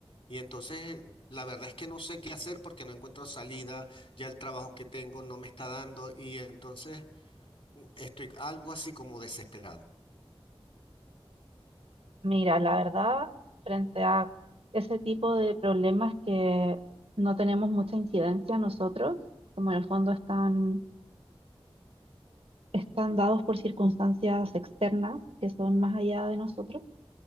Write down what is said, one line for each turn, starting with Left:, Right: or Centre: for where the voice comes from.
Left: Y entonces, la verdad es que no sé qué hacer porque no encuentro salida, ya el trabajo que tengo no me está dando y entonces mm, estoy algo así como desesperado.
Right: Mira, la verdad, frente a ese tipo de problemas que no tenemos mucha incidencia nosotros, como en el fondo están, están dados por circunstancias externas que son más allá de nosotros,